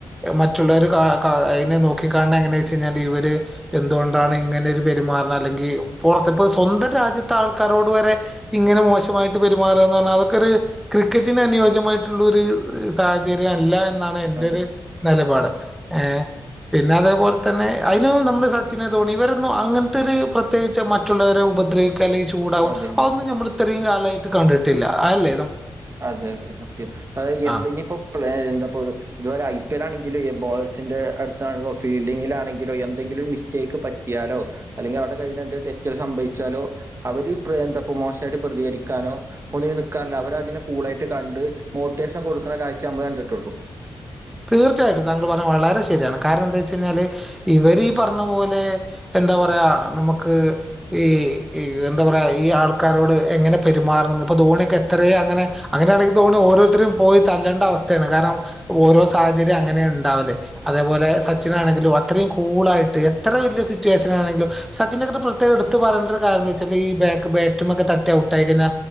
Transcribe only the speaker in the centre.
മറ്റുള്ളവര് അയ്നെ നോക്കിക്കാൺണെ എങ്ങനെ വെച്ച് കഴിഞ്ഞാല് ഇവര് എന്തുകൊണ്ടാണ് ഇങ്ങനെരു പെരുമാറുന്നത് അല്ലെങ്കിൽ പുറത്തെ, ഇപ്പ സ്വന്തം രാജ്യത്തെ ആൾക്കാരോട് വരെ ഇങ്ങനെ മോശമായിട്ട് പെരുമാറുകാന്ന് പറഞ്ഞാൽ അതൊക്കൊരു ക്രിക്കറ്റിന് അനുയോജ്യമായിട്ടുള്ള ഒരു സാഹചര്യ അല്ല ആണ് എൻ്റെരു
നിലപാട്. ഏ പിന്നെ അതേപോലെ തന്നെ അതിനും നമ്മുടെ സച്ചിന്, ധോണി, ഇവരൊന്നും അങ്ങൻത്തൊര് പ്രത്യേകിച്ച് മറ്റുള്ളവരെ ഉപദ്രവിക്ക അല്ലെ ചൂടാകും,
അതൊന്നും നമ്മൾ ഇത്രയും കാലായിട്ട് കണ്ടിട്ടില്ല, അതല്ല
ആ
തീർച്ചയായിട്ടും താങ്കൾ പറഞ്ഞ വളരെ ശരിയാണ്. കാരണം എന്താ വെച്ച് കഴിഞ്ഞാല് ഇവരി പറഞ്ഞ പോലെ എന്താ പറയാ നമുക്ക് ഈ എന്താ പറയാ ഈ ആൾക്കാരോട് എങ്ങനെ പെരുമാറണം, ന്ന്ഇപ്പൊ ധോണിയൊക്കെ എത്രേ അങ്ങനെ അങ്ങനേണെങ്കിപ്പൊ ഓരോരുത്തരും പോയി തല്ലേണ്ട അവസ്ഥയാണ് കാരണം ഓരോ സാഹചര്യം അങ്ങനെ ഉണ്ടാവില്ലേ അതേപോലെ സച്ചിനാണെങ്കിലും അത്രയും കൂളായിട്ട് എത്ര വലിയ സിറ്റുവേഷനും നാണെങ്കിലും സച്ചിൻ്റെക്കെ പ്രത്യേകം എടുത്ത് പറേണ്ട ഒരു കാര്യം എ ന്തന്ന്വെച്ചാല് ഈ ബാക്ക് ബാറ്റ്മ്മെക്കെ തട്ടി ഔട്ടായി കഴിഞ്ഞ